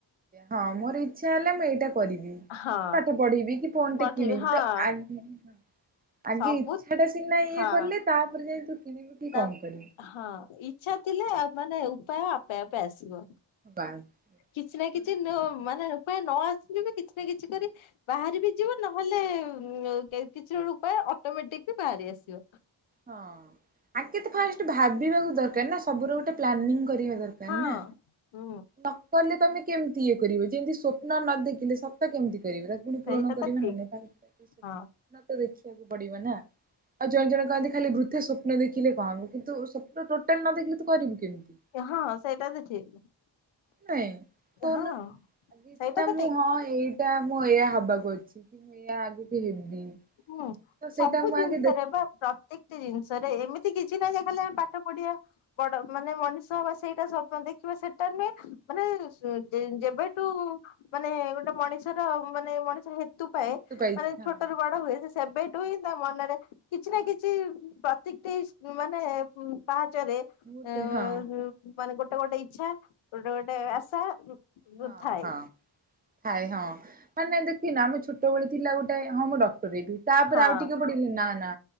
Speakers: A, on the right (about 20°); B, on the left (about 80°).
A: ହଁ ମୋର ଇଚ୍ଛା ହେଲା ମୁଁ ଏଇଟା କରିବି।
B: ହଁ
A: ପାଠ ପଢ଼ିବି କି ଫୋନ
B: ପଠେଇବି
A: ଟେ କିଣିବି
B: ହଁ
A: ତ ଆଗେ
B: ସବୁ
A: ଇଚ୍ଛାଟା ସିନା ଇଏ
B: ହଁ।
A: କଲେ ତାପରେ ଯାଇ ତୁ କିଣିବୁ କି
B: ତା
A: କଣ କରିବୁ।
B: ହଁ ଇଚ୍ଛା। ଥିଲେ ଆ ମାନେ ଉପାୟ ଆପେ ଆପେ ଆସିବ
A: ବା
B: କିଛି ନା କିଛି
A: ହଁ।
B: ନୂ ମାନେ। ପାପାୟ ନ ଆସିଲୁ ବି କିଛି ନା କିଛି କରି। ବାହାରି ବି ଯିବ ନହେଲେ ଉଁ କେ କିଛି ଗୋଟ ଉପାୟ ଅଟୋମେଟିକ ବି ବାହାରି ଆସିବ।
A: ହଁ ଆଗେ ତ ଫାଷ୍ଟ ଭାବିବାକୁ ଦରକାର ନା ସବୁର ଗୋଟେ ପ୍ଲାନିଂ କରିବା ଦରକାର।
B: ହଁ
A: ଜିଣି ନା।
B: ହୁଁ
A: ନକଲେ ତମେ କେମିତି ଇଏ କରିବେ ଯେମିତି ସ୍ୱପ୍ନ ନ ଦେଖିଲେ ସତ କେମିତି। କରିବି ତାକୁ ପୁଣି ପୂରଣ
B: ସେଇଟା
A: କରିବି
B: ତ ଠିକ
A: ନା ନାଇଁ। ସ୍ଵପ୍ନ
B: ହଁ
A: ତ ଦେଖିବାକୁ ପଡିବ ନା ଆଉ ଜଣେ ଜଣେ କହନ୍ତି। ଖାଲି ବୃଥ ସ୍ୱପ୍ନ ଦେଖିଲେ କଣ ହବ କିନ୍ତୁ ସ୍ୱପ୍ନ ଟୋଟାଲ ନ ଦେଖିଲେ ତ କରିବୁ କେମିତି।
B: ହଁ ସେଇଟା ତ ଠିକ।
A: ନାଇଁ କଉନ
B: ହଁ
A: ଆଯି ସିନା
B: ସେଇଟା ତ
A: ମୁଁ
B: ଠିକ
A: ହଁ ଏଇ। ତା ମୁଁ ଏଇଆ ହବାକୁ ଅଛି କି ମୁଁ ଏଇଆ ଆଗକୁ ହେବି।
B: ହୁଁ
A: ତ ସେଇଟା
B: ସବୁ
A: ମୁଁ
B: ଜିନିଷରେ
A: ଆଗେ ଦେଖି
B: ବା ପ୍ର ପ୍ରତ୍ୟକଟି ଜିନିଷରେ ଏମିତି କିଛି ନାହିଁ ଯେ ଖାଲି ଆମେ ପାଠ ପଢିବା। ବଡ ମାନେ ମଣିଷ ହବା ସେଇଟା ସ୍ବପ୍ନ ଦେଖିବା ସେଟା ନୁହେଁ ମାନେ ସ ଯେବେଠୁ। ମାନେ ଗୋଟେ ମଣିଷର ମାନେ ମଣିଷ ହେତୁ। ପାଏ
A: ପାଇଛି
B: ମାନେ
A: ହଁ
B: ଛୋଟୁ
A: ହଁ
B: ରୁ ବଡ ହୁଏ ସେ ସେବେଠୁ ହିଁ ତା ମ ମନରେ କିଛି ନା କିଛି ପ୍ରତିକଟି ମାନେ ପାହାଚରେ। ଏଁ
A: ମୁହୂର୍ତ୍ତେ ହଁ
B: ମାନେ ଗୋଟେ ଗୋଟେ ଇଛା ଗୋଟେ ଗୋଟେ ଆଶା।
A: ହଁ
B: ଥାଏ।
A: ହଁ ଥାଏ ହଁ ମାନେ ଦେଖ କି ନା ଆମେ ଛୋଟବେଳେ ଥିଲା ଗୋଟେ ହଁ ମୁଁ ଡକ୍ଟର ହେବି ତାପରେ
B: ହଁ
A: ଆଉ ଟିକେ ପଡ ହେଲେ ନା ନା।